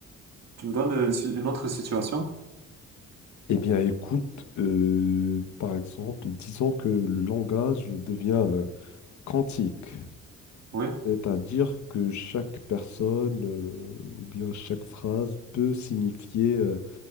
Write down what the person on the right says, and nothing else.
tu me donnes euh, si- une autre situation.
Oui,